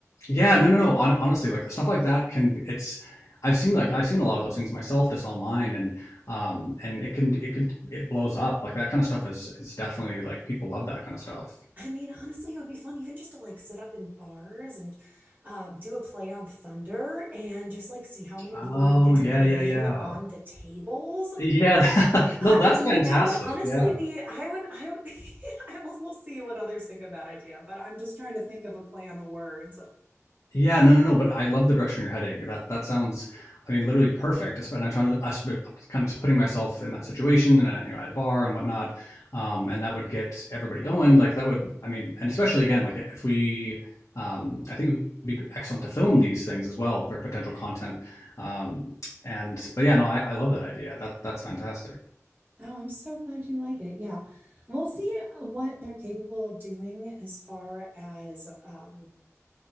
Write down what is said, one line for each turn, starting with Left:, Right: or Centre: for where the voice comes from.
Left: Yeah, no, no, no. Hon honestly, like stuff like that can be- it's I've seen like I've seen a lot of those things myself just online and um and it can it can it blows up. Like that kind of stuff is is definitely like people love that kind of stuff.
Right: I mean, honestly, it would be fun even just to like sit up in bars and uh, do a play on thunder and just like see how many
Left: Oh,
Right: people we could get
Left: yeah,
Right: to bang
Left: yeah, yeah.
Right: on the tables.
Left: Yeah. <laughs>
Right: I,
Left: No, that's
Right: I mean,
Left: fantastic.
Right: that would honestly
Left: Yeah.
Right: be. I would. I would. <laughs> I will, we'll see what others think of that idea. But I'm just trying to think of a play on the words.
Left: Yeah, no, no, no. But I love the direction you're heading. That that sounds, I mean, literally perfect. And I'm trying to, I'm kind of just putting myself in that situation, and uh, you know, at a bar and whatnot, um, and that would get everybody going. Like that would, I mean, and especially again, like if we, um, I think it would be excellent to film these things as well for potential content. Um, and but yeah, no, I, I love that idea. That that's fantastic.
Right: Oh, I'm so glad you like it. Yeah, we'll see uh, what they're capable of doing as far as um,